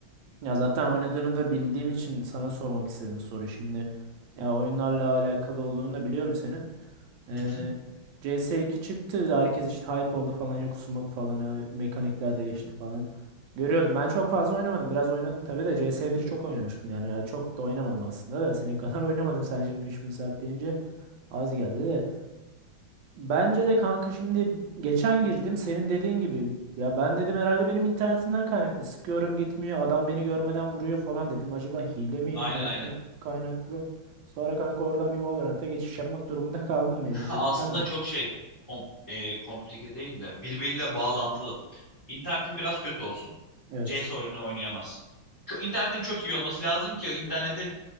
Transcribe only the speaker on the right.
Ya zaten oynadığını da bildiğim için sana sormak istedim bu soruyu. Şimdi ya oyunlarla alakalı olduğunu da biliyorum senin. Ee,
CS2 çıktı. Herkes işte hype oldu falan. Yok smoke falan. ha, Mekanikler
değişti falan. Görüyordum. Ben çok fazla oynamadım. Biraz oynadım tabii de CS1'i çok oynamıştım. Yani çok da oynamadım aslında da. Senin kadar <laughs> oynamadım. Sen şimdi 3000 saat deyince az geldi de. Bence de kanka şimdi geçen girdim senin dediğin gibi ya ben dedim herhalde benim internetimden kaynaklı sıkıyorum gitmiyor adam beni görmeden vuruyor falan dedim acaba hile mi internet
mi kaynaklı sonra kanka oradan bir Valorant'a geçiş yapmak durumunda <laughs> kaldım mecburiyetten
de.
Evet